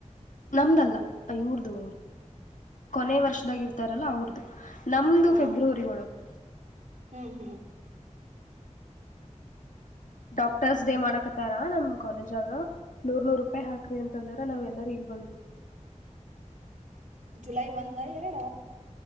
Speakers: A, on the left; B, on the right.
A: ನಮ್ದಲ್ಲ ಇವ್ರದು ಕೊನೆ ವರ್ಷದಾಗಿ ಇರ್ತಾರಲ್ಲ ಅವ್ರದುು ನಮ್ದು
B: ಹಾ
A: ಫೆಬ್ರವರಿ ಒಳಗೆ
B: ಹ್ಮ್ ಹ್ಮ್
A: ಡಾಕ್ಟರ್ಸ್ ಡೇ ಮಾಡಕತ್ತಾರ ನಮ್ ಕಾಲೇಜ್ ಆಗ ನೂರ್ ನೂರ್ ರೂಪಾಯಿ ಹಾಕ್ರಿ ಅಂತ ತಂದ್ರ ನಾವೆ ಎಲ್ಲಾರೂ ಇಲ್ ಬಂದ್ ಬಿಿಟ್ಟೀವಿ
B: ಜುಲೈ ಒಂದ ಎರಡ